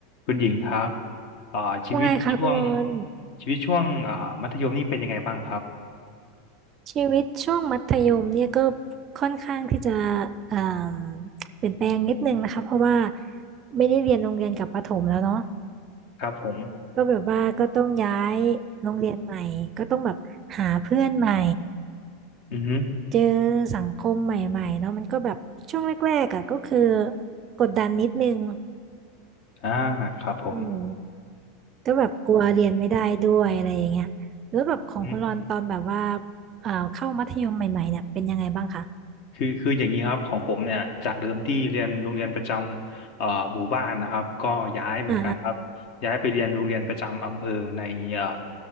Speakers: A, on the left; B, on the right.
A: คุณหญิงครับอ่าชีวิตช่วง
B: ว่าไงคะคุณรอน
A: ชีวิตช่วงอ่ามัธยมนี่เป็นยังไงบ้างครับ
B: ชีวิตช่วงมัธยมเนี่ยก็ค่อนข้างที่จะเอ่มเปลี่ยนแปลงนิดนึงนะคะเพราะว่าไม่ได้เรียนโรงเรียนกับประถมแล้วเนาะ
A: ครับผม
B: ก็แบบว่าก็ต้องย้ายโรงเรียนใหม่ก็ต้องแบบหาเพื่อนใหม่
A: อือฮึ
B: เจอสังคมใหม่ๆเนาะมันก็แบบช่วงแรกๆอ่ะก็คือกดดันนิดนึง
A: อ่าครับผม
B: อืมก็แบบกลัวเรียนไม่ได้ด้วยอะไรอย่างเงี้ยแล้วแบบของคุณรอนตอนแบบว่า
A: อื
B: เอ่อเข้ามัธยมใหม่ๆเนี่ยเป็นยังไงบ้างคะ
A: คือคืออย่างนี้ครับของผมเนี่ยจากเดิมที่เรียนโรงเรียนประจำเอ่อหมู่บ้านนะครับก็ย้ายเหมือนกันครับย้ายไปเรียนโรงเรียนประจำอำเภอในเอ่อ
B: อ่า